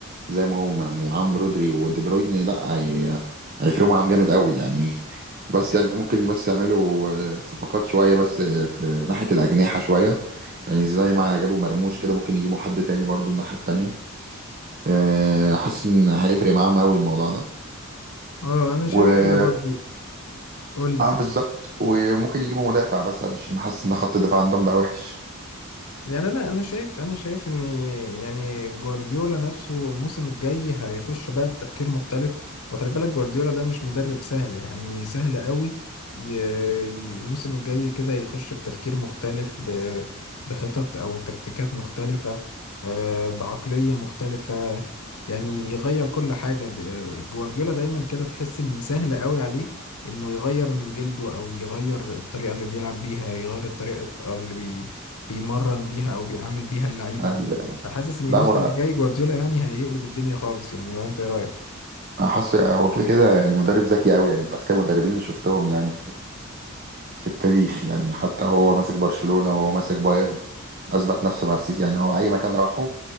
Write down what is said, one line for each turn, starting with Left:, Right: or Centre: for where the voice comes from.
Right: زي ما هو م- معاهم رودري ودي بروين لا هي... هيفرقوا معاهم جامد قوي يعني بس يعني ممكن بس يعملوا آه، صفقات شوية بس آه، في ناحية الأجنحة شوية يعني زي ما جابوا مرموش كده ممكن يجيبوا حد تاني برضو الناحية التانية آه، حاسس إن هيفرق معاهم قوي الموضوع ده
Left: اه انا شايف
Right: و
Left: كده برضو قول لي
Right: اه بالظبط وممكن يجيبوا مدافع بس عشان حاسس إن خط الدفاع عندهم بقى وحش
Left: يعني انا انا شايف انا شايف ان يعني جوارديولا نفسه الموسم الجاي هيخش بقى بتفكير مختلف وخلي بالك جوارديولا ده مش مدرب سهل يعني سهل قوي ي- ي- الموسم الجاي كده يخش بتفكير مختلف ب- بخطط او تكتيكات مختلفة آه، بعقلية مختلفة يعني يغير كل حاجة د- جوارديولا دايما كده تحس ان سهل قوي عليه انه يغير من جلده او يغير الطريقة اللي بيلعب بيها يغير الطريقة اللي بي بيمرن بيها او بيعامل بيها اللعيبه
Right: أيوة.
Left: فحاسس ان
Right: لا
Left: الموسم
Right: هو
Left: الجاي جوارديولا يعني هيقلب الدنيا خالص يعني ولا انت ايه رايك
Right: حاسس هو كده كده يعني مدرب ذكي قوي يعني من أذكى المدربين اللي شفتهم يعني في التاريخ يعني حتى وهو ماسك برشلونة وهو ماسك بايرن أثبت نفسه مع السيتي يعني هو أي مكان راحه